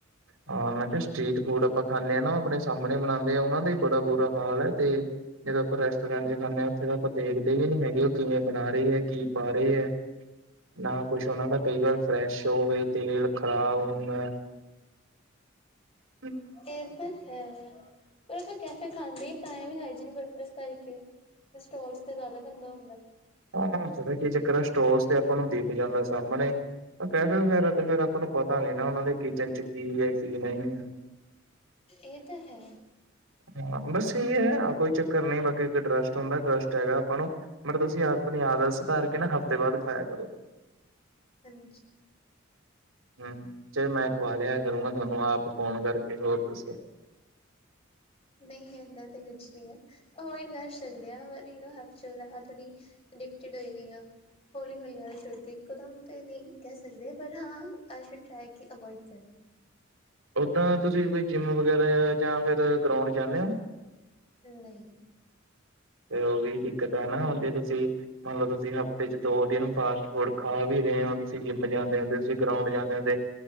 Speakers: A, on the right; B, on the left.
A: ਹਾਂ ਮੈਂ ਕਿਹਾ ਸਟ੍ਰਰੀਟ ਫੂਡ ਆਪਾਂ ਖਾਂਨੇ ਆ ਨਾ ਆਪਣੇ ਸਾਹਮਣੇ ਬਣਾਂਦੇ ਆ, ਉਹਨਾਂ ਦਾ ਈ ਬੜਾ ਬੁਰਾ ਹਾਲ ਐ ਤੇ। ਜਦੋਂ ਆਪਾਂ ਰੈਸਟੋਰਟ ਚ ਖਾਨੇ ਆ। ਉੱਥੇ ਤਾਂ ਆਪਾਂ ਦੇਖਦੇ ਵੀ ਨੀ ਹੈਗੇ, ਉਹ ਕਿਵੇਂ ਬਣਾ ਰਹੇ ਹੈ, ਕੀ ਪਾ ਰਹੇ ਐ, ਨਾ ਕੁਛ ਉਹਨਾਂ ਦਾ ਕਈ ਵਾਰ ਫਰੈਸ਼ ਹੋਵੇ ਤੇਲ ਖ਼ਰਾਬ ਹੁੰਦਾ ਐ। <inaudible>
B: ਏ ਤਾਂ ਹੈ ਪਰ ਮੈ ਕੈਫੇ ਖਾਂਦੀ ਤਾਂ ਵੀ ਹਾਈਜੀਨ ਪਰਪਸ ਕਰਕੇ, ਸਟੌਲਸ ਤੇ ਜ਼ਿਆਦਾ ਗੰਦਾ ਹੁੰਦਾ ਐ।
A: ਹਾਂ ਪਤਾ ਕੀ ਚੱਕਰ ਹੈ ਸਟੌਲਸ ਤੇ ਆਪਾਂ ਨੂੰ ਦਿਖ ਜਾਂਦਾ ਸਾਹਮਣੇ। ਕੈਫੇ ਵਗੈਰਾ ਤੇ ਫੇਰ ਆਪਾਂ ਨੂੰ ਪਤਾ ਨੀ ਨਾ ਉਹਨਾਂ ਦੇ ਕਿਚਨ ਚ ਕੀ ਐ ਕੀ ਨਈਂ ਐ।
B: ਇਹ ਤਾਂ ਹੈ।
A: ਹਾਂ ਬਸ ਇਹੀ ਹੈ ਆਹ ਕੋਈ ਚੱਕਰ ਨਹੀਂ ਬਾਕੀ ਇੱਕ ਟਰੱਸਟ ਹੁੰਦਾ ਟਰੱਸਟ ਹੈਗਾ ਭਣੋ ਮਤਲਬ ਤੁਸੀਂ ਆਪ ਆਪਣੀ ਆਦਤ ਸਧਾਰ ਕੇ ਨਾ ਹਫ਼ਤੇ ਬਾਦ ਖਾਇਆ ਕਰੋ।
B: ਹਾਂਜੀ।
A: ਹੂੰ ਚਾਏ ਮੈਂ ਖਵਾ ਲਿਆ ਕਰੂੰਗਾ, ਤੁਆਨੂੰ ਆਪ ਫੋਨ ਕਰਕੇ ਹੋਰ ਦੱਸੋ।
B: ਨਹੀਂ ਏਦਾਂ ਤੇ ਕੁਛ ਨੀ ਆ। ਅਵੋਇਡ ਕਰ ਸਕਦੇ ਆਂ ਯੂ ਨੋ ਹਬਚੂਅਲ ਆ ਥੋੜੀ ਅਡਿਕਟ ਹੋਈ ਓਈੰ ਆਂ। ਹੌਲੀ ਹੌਲੀ ਆਦਤ ਛੁੱਟ ਦੀ ਇੱਕੋਦਮ ਤੇ ਨਈ ਕੈ ਸਕਦੇ, ਪਰ ਹਾਂ ਅਈ ਛੁਡ ਟਰਾਈ ਕੀ ਅਵੋਇਡ ਕਰਾਂ।
A: ਓਦਾਂ ਤੁਸੀਂ ਕੋਈ ਜਿੰਮ ਵਗੈਰਾ ਆ ਜਾਂ ਫਿਰ ਗਰਾਉਂਡ ਜਾਂਨੇ ਓ।
B: ਨਈ।
A: ਤੇ ਓ ਵੀ ਦਿੱਕਤ ਐ ਨਾ ਹੁੰਦੇ ਤੁਸੀਂ। ਮਨ ਲੋ ਤੁਸੀਂ ਹਫ਼ਤੇ 'ਚ ਦੋ ਦਿਨ ਫਾਸਟ ਫੂਡ ਖਾ ਵੀ ਰਏ ਓ, ਤੁਸੀਂ ਜਿੰਮ ਜਾਂਦੇ ਹੁੰਦੇ ਤੁਸੀਂ ਗਰਾਉਂਡ ਜਾਂਦੇ ਹੁੰਦੇ